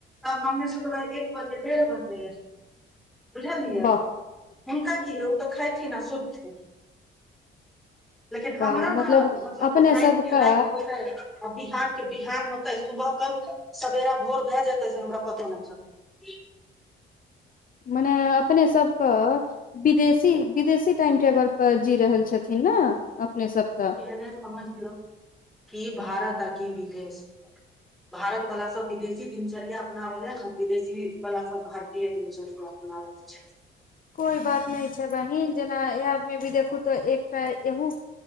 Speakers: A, in the centre; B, on the left (about 45°).
A: तब हम में से तबह एक बजे डेढ़ बजे बुझलियै।
B: वाह
A: हिनका की य ओ तऽ खेथिन आ सुतथिन। लेकिन हमरा
B: वाह
A: न मतलब
B: अपने
A: राति
B: सबके
A: के राति होतै आ बिहान के बिहान होते सुबह क सवेरा भोर भए जेते से हमरा पतो न चलते <unintelligible>
B: मने अपने सभ के विदेशी विदेशी टाइम टेबल पर जी रहल छथिन। ने अपने सभ
A: एने समझ लियौ क भारत अ की विदेश। भारत वाला सभ विदेशी दिनचर्या अपनाव ले हम विदेशी बला सभ भारतीय तन जन अपना छै।
B: कोइ बात नय छै बहिन जेना ए आर मे भी देखू तऽ एकटा एहू